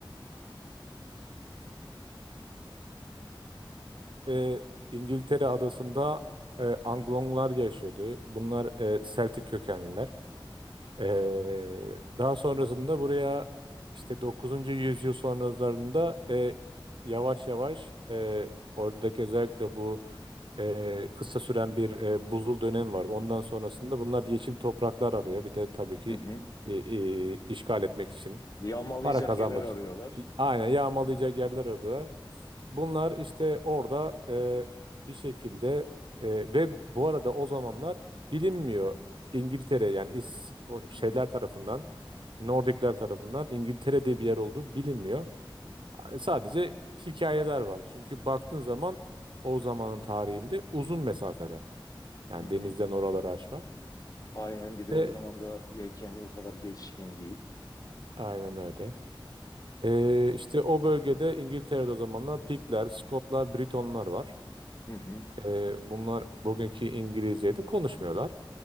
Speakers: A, on the right; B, on the left.
A: Ee, İngiltere adasında e, Anglonglar yaşıyordu. Bunlar e, Celtic kökenliler. Ee, daha sonrasında buraya işte 9. yüzyıl sonralarında e, yavaş yavaş e, oradaki özellikle bu e, kısa süren bir e, buzul dönem var. Ondan sonrasında bunlar yeşil topraklar arıyor. Bir de tabii ki
B: Hı hı.
A: e, e, işgal etmek için,
B: Yağmalayacak
A: para kazanmak
B: yerler arıyorlar.
A: için. Aynen
B: <laughs>
A: yağmalayacak yerler arıyorlar. Bunlar işte orada e, bir şekilde e, ve bu arada o zamanlar bilinmiyor İngiltere yani İsko- şeyler
B: Hı hı.
A: tarafından Nordikler tarafından İngiltere diye bir yer olduğu bilinmiyor. Sadece hikayeler var. Çünkü baktığın zaman o zamanın tarihinde uzun mesafeler. Yani
B: Hı hı.
A: denizden oraları aşmak.
B: Aynen bir de
A: E,
B: o zaman da yelkenli o kadar gelişkin değil.
A: aynen öyle. E, işte o bölgede İngiltere'de o zamanlar Pikler, Skotlar, Britonlar var.
B: Hı hı.
A: E, bunlar bugünkü İngilizce'yi de konuşmuyorlar.